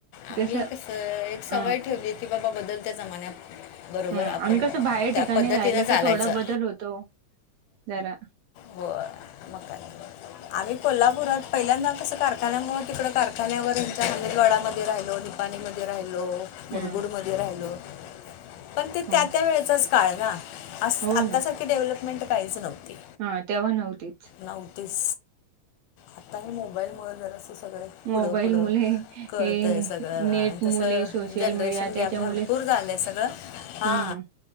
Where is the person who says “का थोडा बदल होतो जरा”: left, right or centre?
Right